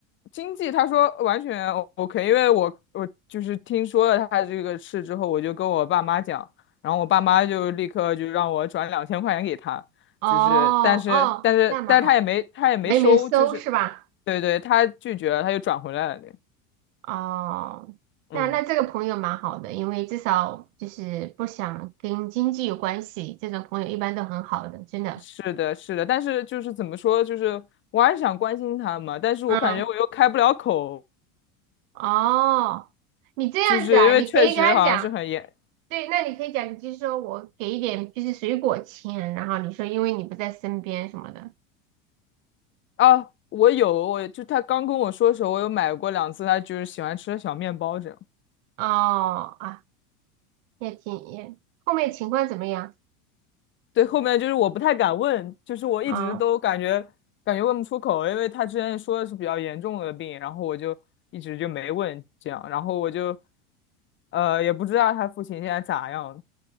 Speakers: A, on the left (about 30°); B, on the right (about 65°).
A: 经济他说完全 O- OK，因为我我就是听说了他这个事之后，我就跟我爸妈讲，然后我爸妈就立刻就让我转两千块钱给他，
B: 哦
A: 就是但是但是但是他也没他也没收，
B: 哦，那蛮好，没没有搜是吧？
A: 就是对对，他拒绝了，他又转回来了。
B: 哦，
A: 嗯，
B: 那那这个朋友蛮好的，因为至少就是不想跟经济有关系，这种朋友一般都很好的，真的。
A: 是的，是的，但是就是怎么说，就是我还是想关心他嘛，但是我感觉我又开不了口，
B: 嗯，哦，你这样子啊，
A: 就是因为确实好像是很严，
B: 你可以跟他讲。对，那你可以讲，你就是说我给一点就是水果钱，然后你说因为你不在身边什么的。
A: 啊，我有，我就他刚跟我说的时候，我有买过两次，他就是喜欢吃的小面包这样。
B: 哦啊，也挺也，后面情况怎么样？
A: 对，后面就是我不太敢问，就是我一直都感觉感觉问不出口，
B: 啊
A: 因为他之前说的是比较严重的病，然后我就一直就没问这样，然后我就呃也不知道他父亲现在咋样，